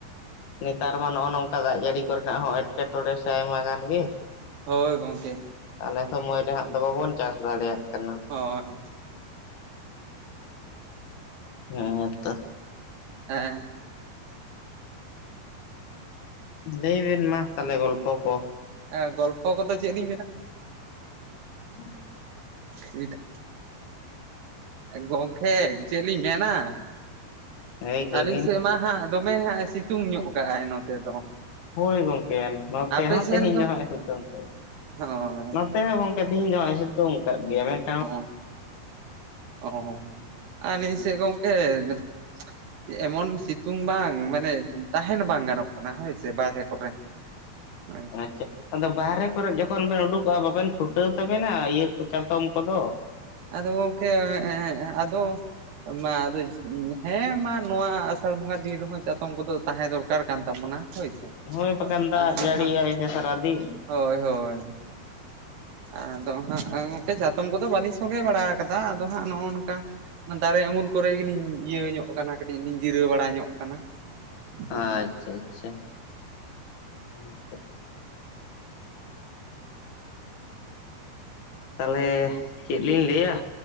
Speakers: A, on the left; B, on the right.
A: ᱱᱮᱛᱟᱨ ᱢᱟ ᱱᱚᱜᱼᱚᱭ ᱱᱚᱝᱠᱟ ᱫᱟᱜ ᱡᱟᱹᱲᱤ ᱠᱚᱨᱮᱱᱟᱜ ᱦᱚᱸ ᱮᱴᱠᱮᱴᱚᱬᱮ ᱥᱮ ᱟᱭᱢᱟ ᱜᱟᱱ ᱜᱮ᱾
B: ᱦᱳᱭ ᱜᱚᱝᱠᱮ
A: ᱛᱟᱞᱮ ᱥᱚᱢᱚᱭ ᱨᱮᱦᱟᱸᱜ ᱫᱚ ᱵᱟᱵᱚᱱ ᱪᱟᱥ ᱫᱟᱲᱮᱭᱟᱜ ᱠᱟᱱᱟ᱾
B: ᱦᱚᱸ
A: ᱦᱮᱸ ᱛᱚ
B: ᱦᱮᱸ
A: ᱞᱟᱹᱭᱵᱤᱱ ᱢᱟ ᱛᱟᱦᱞᱮ ᱜᱚᱞᱯᱷᱚ ᱠᱚ᱾
B: ᱮᱸ ᱜᱚᱞᱯᱷᱚ ᱠᱚᱫᱚ ᱪᱮᱫ ᱞᱤᱧ ᱢᱮᱱᱟ᱾
A: ᱦᱮᱸ
B: <unintelligible> ᱜᱚᱝᱠᱮ ᱪᱮᱫ ᱞᱤᱧ ᱢᱮᱱᱟ,
A: ᱞᱟᱹᱭ ᱞᱮᱵᱤᱱ
B: ᱟᱹᱞᱤᱧ ᱥᱮᱫ ᱢᱟ ᱦᱟᱸᱜ᱾ ᱫᱚᱢᱮ ᱦᱟᱸᱜ ᱥᱤᱛᱩᱝ ᱧᱚᱜ ᱠᱟᱜᱼ ᱟᱭ ᱱᱚᱛᱮ ᱫᱚ᱾
A: ᱦᱳᱭ ᱜᱚᱝᱠᱮ ᱱᱚᱛᱮ
B: ᱟᱯᱮ
A: ᱦᱚᱸ
B: ᱥᱮᱱ
A: ᱛᱮᱦᱮᱧ ᱫᱚ ᱦᱟᱸᱜ ᱮ ᱥᱤᱛᱩᱝ ᱠᱟᱫᱟ,
B: ᱦᱟᱸᱜ
A: ᱱᱚᱛ <unintelligible> ᱦᱮᱸ ᱜᱚᱢᱠᱮ ᱛᱮᱦᱮᱧ ᱱᱚᱜᱼᱭ ᱥᱤᱛᱩᱝ ᱟᱠᱟᱫ ᱜᱮᱭᱟ᱾ ᱢᱮᱱ
B: ᱚ ᱚ ᱟᱞᱤᱧ ᱥᱮᱫ ᱜᱚᱝᱠᱮ ᱫᱚᱦ ᱮᱢᱚᱱ ᱥᱤᱛᱩᱝ ᱵᱟᱝ ᱢᱟᱱᱮ ᱛᱟᱦᱮᱱ ᱵᱟᱝ ᱜᱟᱱᱚᱜ ᱠᱟᱱᱟ ᱦᱳᱭᱥᱮ ᱵᱟᱨᱦᱨᱮ ᱠᱚᱨᱮ᱾ ᱦᱮᱸ
A: ᱟᱪᱪᱷᱟ ᱟᱫᱚ ᱵᱟᱦᱨᱮ ᱠᱚᱨᱮ ᱡᱚᱠᱷᱚᱱ ᱵᱮᱱ ᱩᱰᱩᱠᱚᱜᱼᱟ ᱵᱟᱵᱮᱱ ᱯᱷᱩᱴᱟᱹᱣ ᱛᱟᱵᱮᱱᱟ ᱤᱭᱟᱹ ᱠᱚ ᱪᱟᱛᱚᱢ ᱠᱚᱫᱚ᱾
B: ᱟᱫᱚ ᱜᱚᱝᱠᱮ ᱟᱫᱚ ᱢᱟ ᱟᱫᱚ ᱦᱮᱸ ᱢᱟ ᱱᱚᱣᱟ ᱟᱥᱟᱲ ᱵᱚᱸᱜᱟ ᱫᱤᱱ ᱨᱮᱦᱚᱸ ᱪᱟᱛᱚᱢ ᱠᱚᱫᱚ ᱛᱟᱦᱮᱸ ᱫᱚᱨᱠᱟᱨ ᱠᱟᱱ ᱛᱟᱵᱚᱱᱟ᱾ ᱦᱳᱭ ᱥᱮ
A: ᱦᱳᱭ ᱯᱟᱠᱷᱟᱱ ᱫᱟᱜ
B: ᱟᱫᱚ
A: ᱡᱟᱹᱲᱤᱭᱟᱭ
B: ᱦᱟᱸᱜ
A: ᱥᱮ ᱥᱟᱨᱟ ᱫᱤᱱ᱾
B: ᱦᱳᱭ ᱦᱳᱭ ᱟᱫᱚ ᱦᱟᱸᱜ ᱜᱚᱝᱠᱮ ᱪᱟᱛᱚᱢ ᱠᱚᱫᱚ ᱵᱟᱹᱞᱤᱧ ᱥᱚᱸᱜᱮ ᱵᱟᱲᱟ ᱠᱟᱫᱟ ᱟᱫᱚ ᱦᱟᱸᱜ ᱱᱚᱜᱼᱚ ᱱᱚᱝᱠᱟ ᱚᱱᱟ ᱫᱟᱨᱮ ᱩᱢᱩᱞ ᱠᱚᱨᱮ ᱜᱮᱞᱤᱧ ᱤᱭᱟᱹ ᱧᱚᱜ ᱠᱟᱱᱟ, ᱠᱟᱹᱴᱤᱡ ᱞᱤᱧ ᱡᱤᱨᱟᱹᱣ ᱵᱟᱲᱟ ᱧᱚᱜ ᱠᱟᱱᱟ᱾ ᱦᱳᱭ
A: ᱟᱪᱪᱷᱟ ᱟᱪᱪᱷᱟ ᱦᱚ ᱛᱚ ᱛᱟᱦᱚᱞᱮ ᱪᱮᱫ ᱞᱤᱧ ᱞᱟᱹᱭᱟ,